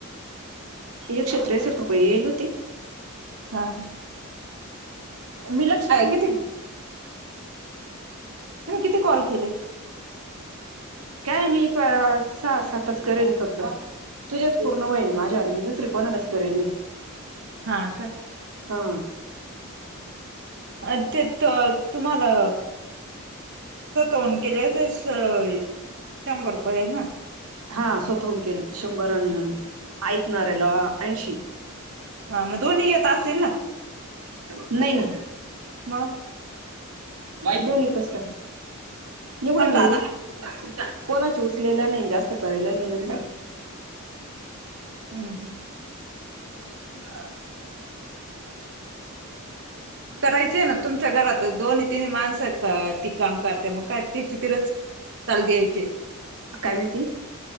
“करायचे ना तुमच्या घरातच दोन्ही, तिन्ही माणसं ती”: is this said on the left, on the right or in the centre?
Right